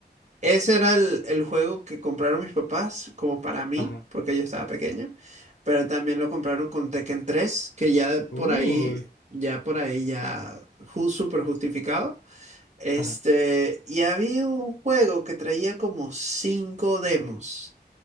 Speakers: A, on the right; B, on the left.
A: Ese era el, el juego que compraron mis papás, como para mí,
B: Ajá.
A: porque yo estaba pequeño. Pero también lo compraron con Tekken tres que ya
B: Uy.
A: por ahí, ya por ahí, ya ju- súper justificado. Este,
B: Ajá.
A: y había un juego que traía como cinco demos.